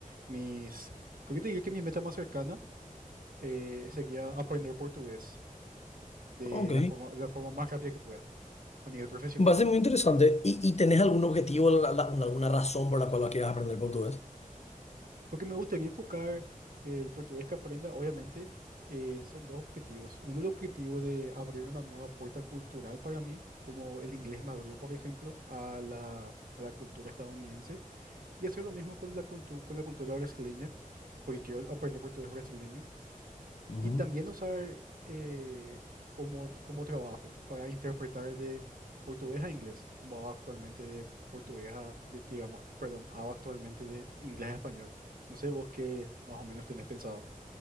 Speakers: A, on the right; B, on the left.
A: mis, creo que te diría que mi meta más cercana eh, sería aprender portugués de
B: Ok,
A: la forma, la forma más rápida que pueda, a nivel profesional.
B: va a ser muy interesante. ¿Y, y tenés algún objetivo, la- la- alguna razón por la cual quieras aprender portugués?
A: Porque me gustaría enfocar el portugués que aprenda, obviamente, eh, son dos objetivos. Uno, el objetivo de abrir una nueva puerta cultural para mí, como el inglés me abrió, por ejemplo, a la, a la cultura estadounidense, y hacer lo mismo con la, contu- con la cultura brasileña, porque quiero aprender portugués brasileño.
B: Ujú.
A: Y también usar eh, como, como trabajo para interpretar de portugués a inglés, como hago actualmente de portugués a, de- digamos, perdón, hago actualmente de inglés a español. No sé vos qué más o menos tenés pensado.